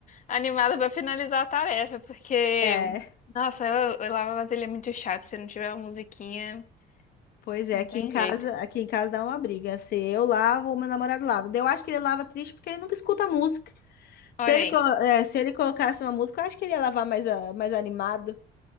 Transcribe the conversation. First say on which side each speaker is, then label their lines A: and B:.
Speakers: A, on the left (about 50°); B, on the left (about 65°).
A: Animada pra finalizar a tarefa, porque,
B: É,
A: nossa, eu, eu lavar vasilha é muito chato. Se não tiver uma musiquinha,
B: pois é,
A: não
B: aqui
A: tem
B: em casa,
A: jeito.
B: aqui em casa dá uma briga. Se eu lavo, meu namorado lava. Daí Eu acho que ele lava triste porque ele nunca escuta música. Se
A: Olha
B: ele,
A: aí.
B: co- é, se ele colocasse uma música, eu acho que ele ia lavar mais, ah, mais animado.